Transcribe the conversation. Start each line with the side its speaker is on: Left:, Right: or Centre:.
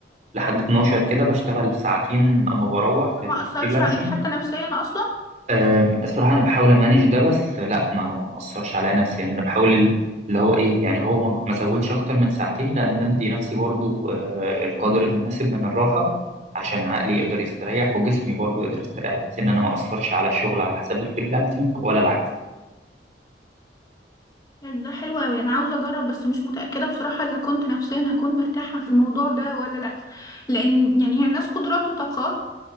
Right: لحد 12 كده بشتغل ساعتين اما بروح في الفريلانسنج
Left: ما اثرش عليك حتى نفسيا اصلا
Right: أم، الصراحه انا بحاول امانج ده بس لا ما ما اثرش عليا نفسيا يعني انا بحاول ال- اللي هو ايه يعني هو ما ما زودش اكتر من ساعتين لان ادي نفسي برضو آه، القدر المناسب من الراحه عشان عقلي يقدر يستريح وجسمي برضو يقدر يستريح بس ان انا ما اثرش على الشغل على حساب الفريلانسنج ولا العكس
Left: طيب ده حلو أوي أنا عاوزة أجرب بس مش متأكدة بصراحة إذا كنت نفسيا هكون مرتاحة في الموضوع ده ولا لأ لأن يعني هي الناس قدرات وطاقات